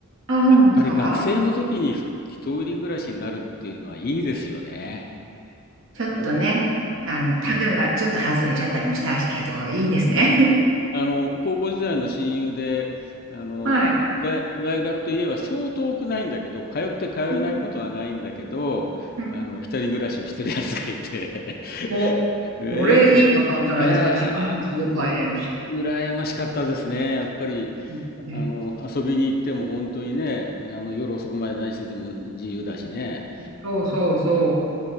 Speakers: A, on the right (about 60°); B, on the left (about 40°).
A: あ、そうなんですか
B: やっぱり学生の時に一人暮らしになるっていうのはいいですよね。
A: ちょっとね、
B: あの、はい。
A: あの、タガがちょっと外れちゃったりもしたけど、いいですね。
B: あの、高校時代の親友で、あの、
A: はい。
B: 大、大学といえばそう遠くないんだけど、通って通えないことはないんだけど、
A: うんうん。うん
B: あの、一人暮らしをしてるやつがいて、
A: お、
B: <laughs> え
A: それいいパターンじゃないですか。
B: ええーあの、
A: 実家にもすぐ帰れるし。
B: う、羨ましかったですね。やっぱり、
A: うん
B: あの、遊びに行っても本当にね、あの、夜遅くまで何してても自由だしね。
A: ね、そうそうそう。